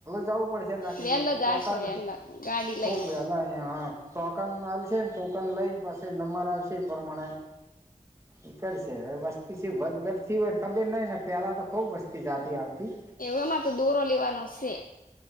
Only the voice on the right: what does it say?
તો વેલ જવું પડશે ના કે
અ ટોકને
ખુબ
વેલા હ ટોકન હાલશે ને ટોકન લઈને પાછ નંબર આવશે એ પ્રમાણે એ કર છે હવે વસ્તી છે વધ ગટથી હો ખબર નઈ ને પેલા તો ખુબ વસ્તી જતી આવતી